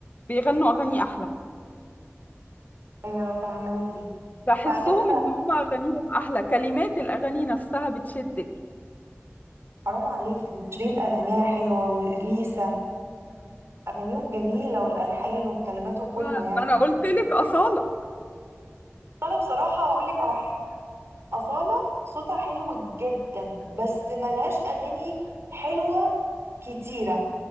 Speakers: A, on the left; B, on the right.
A: بيغنوا اغاني احلى
B: ايوه فاهماكي
A: بحسهم
B: مع ان
A: ان هما اغانيهم احلى كلمات الاغاني نفسها بتشدك
B: حرام عليكي شيرين اغانيها حلوه وليسا اغانيهم جميله والالحان والكلمات وكله
A: ما
B: يعني
A: ما انا قلت لك اصالة
B: فانا بصراحه هقولك على حاجه اصاله صوتها حلو جدا بس ملهاش اغاني حلوه كتيره